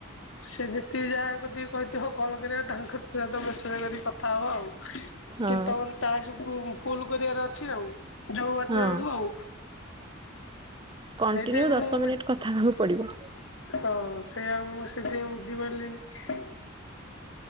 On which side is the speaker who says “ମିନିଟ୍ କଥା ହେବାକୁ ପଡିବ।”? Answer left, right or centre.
Right